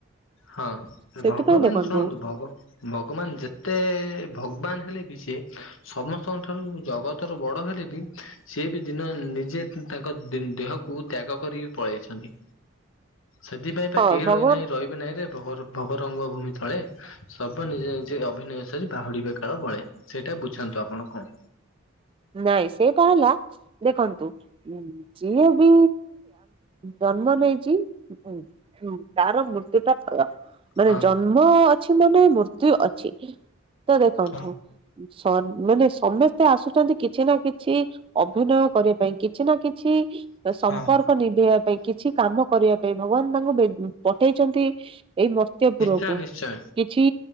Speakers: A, on the left (about 75°); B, on the right (about 25°).
A: ହଁ
B: ସେଥିପାଇଁ
A: ଭଗବାନ
B: ଦେଖନ୍ତୁ
A: ଶୁଣନ୍ତୁ ଭଗ ଭଗବାନ ଯେତେ ଭଗବାନ ହେଲେ ବି ସିଏ ସମସ୍ତଙ୍କ ଠାରୁ ଜଗତ ର ବଡ ହେଲେ ବି ସିଏ ବି ଦିନ ନିଜେ ତାଙ୍କ ଦେହକୁ ତ୍ୟାଗ କରିକି ପଳେଇଛନ୍ତି। ସେଥିପାଇଁ ବା
B: ହଁ
A: କେହି
B: ଭଗବାନ
A: ରହିନାହିଁ ରହିବେ ନାହିଁ ରେ ଭଗରୁ ଭଗ ରଙ୍ଗ ଭୂମି ତଳେ। ସବ ନିଜେ ନିଜେ ଅଭିନୟ ସାରି ବାହୁଡିବା କାଳ ବଳେ ସେଇଟା ବୁଝାନ୍ତୁ ଆପଣ କଣ?
B: ନାଇଁ ସେଇଟା ହେଲା ଦେଖନ୍ତୁ ଯିଏ ବି ଜନ୍ମ ନେଇଛି ହୁଁ ହୁଁ ତାର ମୃତ୍ୟୁ ଟା ଥୟ ମାନେ
A: ହଁ
B: ଜନ୍ମ ଅଛି ମାନେ ମୃତ୍ୟୁ ଅଛି ତ ଦେଖନ୍ତୁ
A: ହଁ
B: ସ ମାନେ ସମସ୍ତେ ଆସୁଛନ୍ତି କିଛି ନା କିଛି ଅଭିନୟ କରିବା ପାଇଁ କିଛି ନା କିଛି କିଛି ସମ୍ପର୍କ
A: ହଁ
B: ନିଭେଇବା ପାଇଁ କିଛି କାମ କରିବା ପାଇଁ ଭଗବାନ ତାଙ୍କୁ ପଠେଇଛନ୍ତି ଏଇ ମର୍ତ୍ତ୍ୟ ପୁର।
A: ନିଶ୍ଚୟ ନିଶ୍ଚୟ।
B: କିଛି